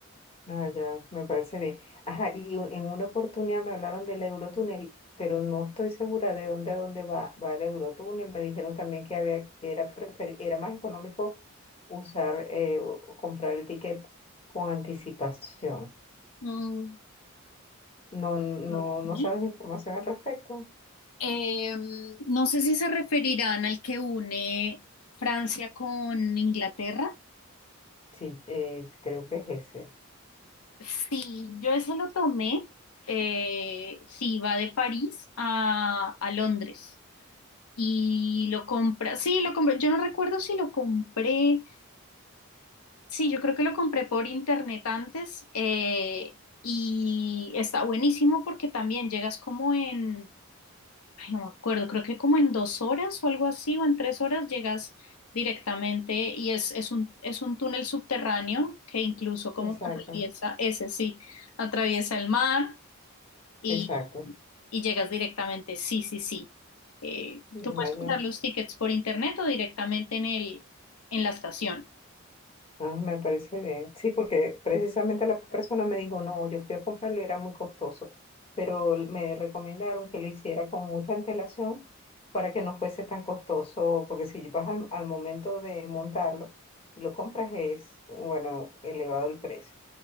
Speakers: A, on the left; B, on the left.
A: Ah, ya, me parece bien. Ajá, y u- en una oportunidad me hablaron del Eurotúnel, pero no estoy segura de dónde a dónde va, va el Eurotúnel. Me dijeron también que había, que era preferi- era más económico usar eh, o o comprar el ticket con anticipación.
B: Mm,
A: No, no,
B: ok.
A: no sabes información al respecto.
B: Eh, no sé si se referirán al que une Francia con Inglaterra.
A: Sí, eh, creo que es ese.
B: Sí, yo ese lo tomé. eh, sí, va de París a, a Londres y lo compra. Sí, lo compré. Yo no recuerdo si lo compré. Sí, yo creo que lo compré por internet antes eh, y está buenísimo porque también llegas como en ay, no me acuerdo, creo que como en dos horas o algo así, o en tres horas llegas directamente y es, es un, es un túnel subterráneo que incluso como
A: Exacto,
B: que atraviesa, ese sí, atraviesa el mar y,
A: exacto.
B: y llegas directamente, sí, sí, sí. Eh,
A: Ah,
B: tú puedes
A: ya.
B: comprar los tickets por internet o directamente en el, en la estación.
A: Ah, me parece bien. Sí, porque precisamente la persona me dijo, no, yo fui a comprarlo y era muy costoso, pero me recomendaron que lo hiciera con mucha antelación para que no fuese tan costoso, porque si vas al, al momento de montarlo y lo compras es, bueno, elevado el precio.